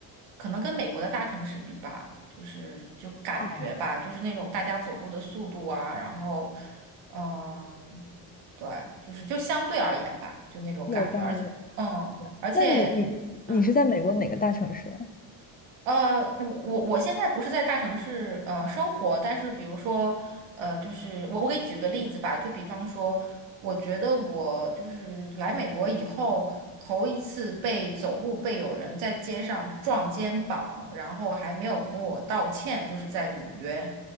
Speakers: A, on the right; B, on the left.
A: 可能跟美国的大城市比吧，就是就感觉吧，
B: 啊，
A: 就是那种大家走路的速度啊，然后嗯，对，就是就相对而言吧，就那种感觉，
B: 有嗯道理。
A: 而且嗯，而且。
B: 那你你你你是在美国哪个大城市？
A: 嗯。呃，我我我现在不是在大城市呃生活，但是比如说，呃，就是我我给举个例子吧，就比方说，我觉得我就是来美国以后，头一次被走路被有人在街上撞肩膀，然后还没有跟我道歉，就是在纽约。